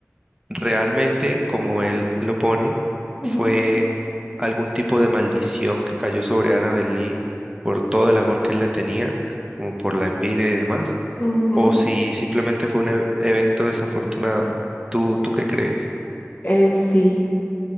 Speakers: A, on the right (about 15°); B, on the left (about 40°).
A: realmente, como él lo pone,
B: ujú,
A: fue algún tipo de maldición que cayó sobre Annabel Lee por todo el amor que él le tenía, como por la envidia y demás,
B: ujú.
A: o si simplemente fue un e- evento desafortunado. ¿Tú, tú qué crees?
B: Eh, sí.